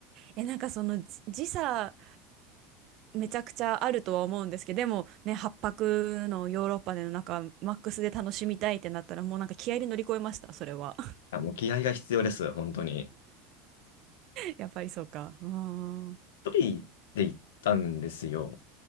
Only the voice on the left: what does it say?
あ、もう気合が必要です、本当に。
一人で行ったんですよ。